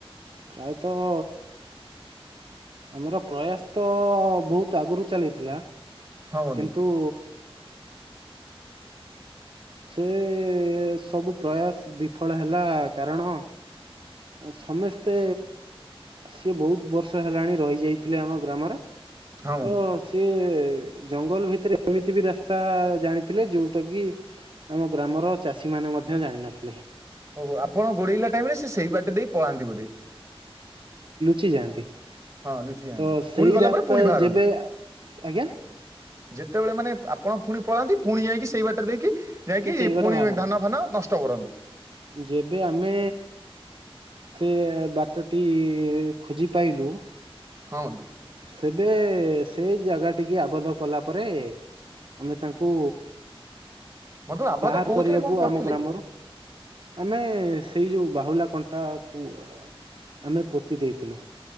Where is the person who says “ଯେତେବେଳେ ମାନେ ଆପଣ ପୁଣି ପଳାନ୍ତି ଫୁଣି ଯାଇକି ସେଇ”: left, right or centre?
Right